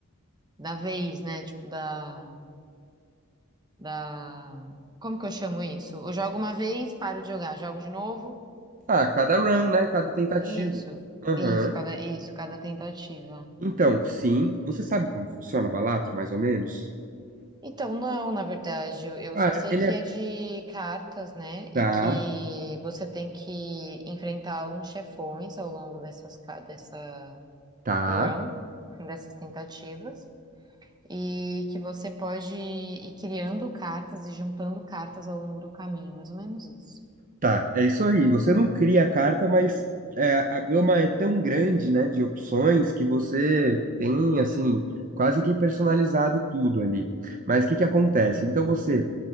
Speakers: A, on the right; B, on the right.
A: da vez, né? Tipo, da, da... Como que eu chamo isso? Eu jogo uma vez, paro de jogar, jogo de novo,
B: Ah, cada run, né? Cada tentativa.
A: isso,
B: Aham.
A: isso, cada, isso, cada tentativa.
B: Então, sim, você sabe como funciona Balatro, mais ou menos?
A: Então, não, na verdade, eu eu
B: Cara,
A: só sei
B: ele
A: que
B: é.
A: é de cartas, né?
B: Tá,
A: E que você tem que enfrentar alguns chefões ao longo dessas, ca- dessa
B: tá,
A: run dessas tentativas e que você pode ir criando cartas e juntando cartas ao longo do caminho, mais ou menos isso.
B: tá. É isso aí. Você não cria a carta, mas é, a gama é tão grande, né, de opções que você tem, assim, quase que personalizado tudo ali. Mas o que que acontece? Então você